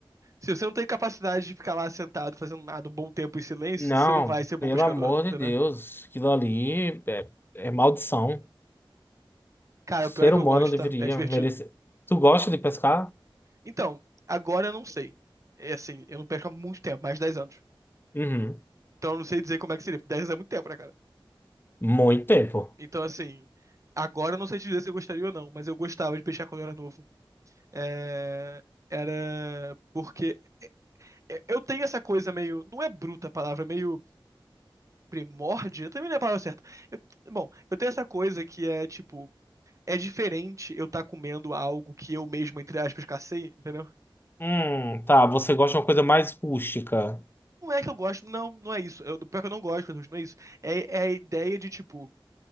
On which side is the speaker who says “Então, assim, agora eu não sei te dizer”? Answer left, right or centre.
Right